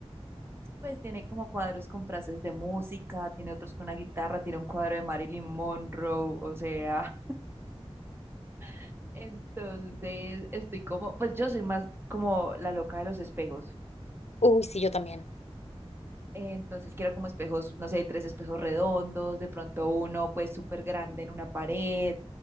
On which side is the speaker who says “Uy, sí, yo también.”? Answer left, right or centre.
Left